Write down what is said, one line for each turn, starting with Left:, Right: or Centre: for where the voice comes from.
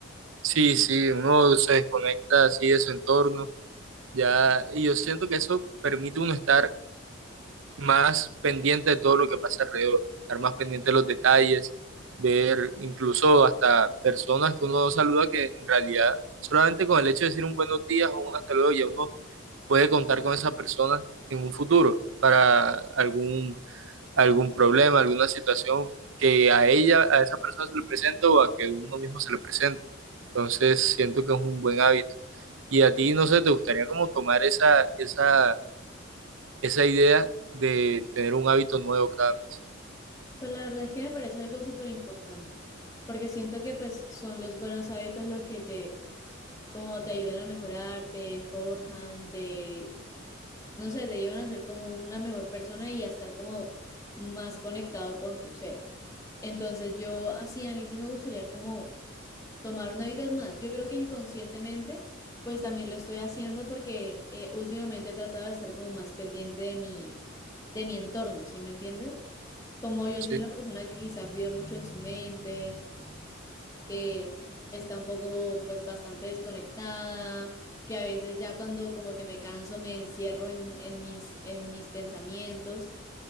Right: Sí, sí, uno se desconecta así de su entorno, ya, y yo siento que eso permite uno estar más pendiente de todo lo que pasa alrededor, estar más pendiente de los detalles, ver incluso hasta personas que uno no saluda que en realidad solamente con el hecho de decir un buenos días o un hasta luego ya uno puede contar con esa persona en un futuro para algún algún problema, alguna situación que a ella, a esa persona se le presente o a que uno mismo se le presente. Entonces siento que es un buen hábito. Y a ti, no sé, ¿te gustaría como tomar esa, esa, esa idea de tener un hábito nuevo cada mes?
Left: Pues la verdad es que me parece algo súper importante, porque siento que pues son los buenos hábitos los que te, como te ayudan a mejorar, te forjan, te, no sé, te ayudan a ser como una mejor persona y a estar como más conectado con tu ser. Entonces yo así, a mí sí me gustaría como tomar un hábito más. Yo creo que inconscientemente, pues también lo estoy haciendo porque eh, últimamente he tratado de estar como más pendiente de mi, de mi entorno, ¿sí me entiendes? Como yo
Right: Sí.
Left: soy una persona que quizás vive mucho en su mente, que está un poco, pues bastante desconectada, que a veces ya cuando como que me canso me encierro en, en mis, en mis pensamientos